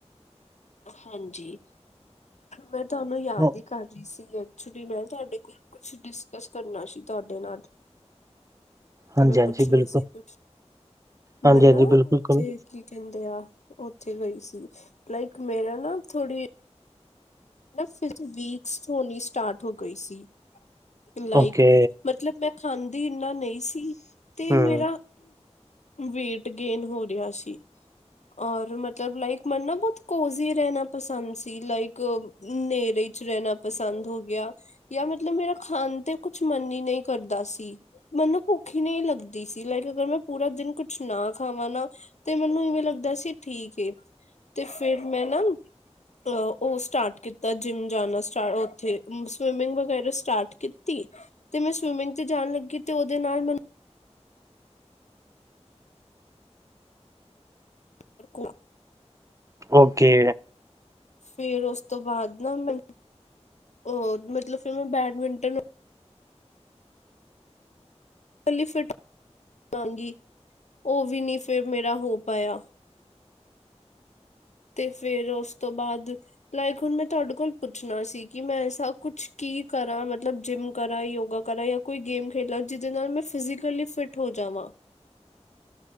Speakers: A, on the left; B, on the right.
A: ਹਾਂਜੀ, ਮੈਂ ਥੂਆਨੂੰ ਯਾਦ
B: ਓ-
A: ਈ ਕਰ ਰੀ ਸੀ। <unintelligible> ਤੁਹਾਡੇ ਕੋਲ ਕੁਛ ਡਿਸਕਸ ਕਰਨਾ ਸੀ, ਤੁਹਾਡੇ ਨਾਲ।
B: ਹਾਂਜੀ
A: ਮੈਂ
B: ਹਾਂਜੀ
A: ਪੁੱਛਨਾ
B: ਬਿਲਕੁਲ
A: ਸੀ ਕੁੱਛ, ਮੈਂ
B: ਹਾਂਜੀ
A: ਨਾ
B: ਹਾਂਜੀ ਬਿਲਕੁਲ
A: ਓਥੇ
B: ਕਰੋ।
A: ਕੀ ਕੀ ਕੈਂਦੇ ਆ, ਓਥੇ ਗਈ ਸੀ ਲਾਈਕ ਮੇਰਾ ਨਾ ਥੋੜੀ ਨਾ ਫਿਰ ਤੋ ਵੀਕਸ ਹੋਨੀ ਸਟਾਟ ਹੋ ਗਈ ਸੀ, ਲਾਈਕ
B: ਓਕੇ
A: ਮਤਲਬ ਮੈਂ ਖਾਂਦੀ ਇੰਨਾ ਨਈ ਸੀ ਤੇ
B: ਹਮ
A: ਮੇਰਾ ਵੇਟ ਗੇਨ ਹੋ ਰੇਆ ਸੀ। ਔਰ ਮਤਲਬ ਲਾਈਕ ਮੈਨ ਨਾ, ਬੋਤ ਕੋਜ਼ੀ ਰੈਨਾ ਪਸੰਦ ਸੀ ਲਾਈਕ ਨੇਰੇੇ ਚ ਰੈਨਾ ਪਸੰਦ ਹੋ ਗੇਆ। ਯਾਰ ਮਤਲਬ ਮੇਰਾ ਖਾਨ ਤੇ ਕੁਛ ਮਨ ਈ ਨਈ ਕਰਦਾ ਸੀ। ਮੈਨੂੰ ਭੁੱਖੀ ਨਹੀਂ ਲੱਗਦੀ ਸੀ ਲਾਈਕ ਅਗਰ ਮੈਂ ਪੂਰਾ ਦਿਨ ਕੁਛ ਨਾ ਖਾਵਾਂ ਨਾ। ਤੇ ਮੈਨੂੰ ਇਵੇਂ ਲੱਗਦਾ ਸੀ ਠੀਕ ਏ ਤੇ ਫਿਰ ਮੈਂ ਨਾ। ਉਹ ਸਟਾਰਟ ਕੀਤਾ ਜਿੰਮ ਜਾਣਾ ਸਟਾਰ ਉੱਥੇ ਸਵਿਮਿੰਗ ਵਗੈਰਾ ਸਟਾਰਟ ਕੀਤੀ। ਤੇ ਮੈਂ ਸਵਿਮਿੰਗ ਤੇ ਜਾਣ ਲੱਗੀ ਤੇ ਉਹਦੇ ਨਾਲ ਮੈਨੂੰ <unintelligible>
B: ਓਕੇ
A: ਫੇਰ ਉਸ ਤੋਂ ਬਾਅਦ ਨਾ ਮੈ ਓ ਮਤਲਬ ਫਿਰ ਮੈਂ ਬੈਡਮਿੰਟਨ ਇਕੱਲੀ ਫਟਾਂਗੀ ਉਹ ਵੀ ਨਹੀਂੀ ਫੇਰ ਮੇਰਾ ਹੋ ਪਾਇਆ। ਤੇ ਫੇਰ ਉਸ ਤੋਂ ਬਾਅਦ ਲਾਈਕ ਹੁਣ ਮੈਂ ਤੁਹਾਡੇ ਕੋਲ ਪੁੱਛਣਾ ਸੀ ਕਿ ਮੈਂ ਐਸਾ ਕੁਛ ਕੀ ਕਰਾਂ ਮਤਲਬ ਜਿੰਮ ਕਰਾਂ ਯੋਗਾ ਕਰਾਂ ਜਾਂ ਕੋਈ ਗੇਮ ਖੇਡਾਂ ਜਿਹਦੇ ਨਾਲ ਮੈਂ ਫਿਜ਼ਕਲੀ ਫਿਟ ਹੋ ਜਾਵਾਂ।